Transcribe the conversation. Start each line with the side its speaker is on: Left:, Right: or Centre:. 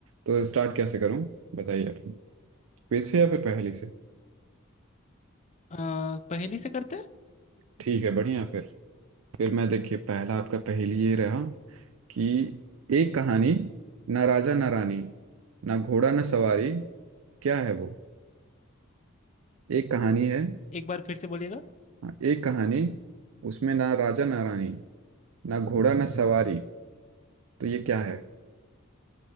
Right: तो स्टार्ट कैसे करूं बताइए आप क्विज से या फिर पहेली से
Left: अ, पहेली से करते हैं
Right: ठीक है बढ़िया फिर फिर मैं देखिए पहला आपका पहेली ये रहा कि एक कहानी ना राजा ना रानी ना घोड़ा ना सवारी क्या है वो एक कहानी है
Left: एक बार फिर से बोलिएगा
Right: हाँ, एक कहानी उसमें ना राजा ना रानी ना घोड़ा ना सवारी तो ये क्या है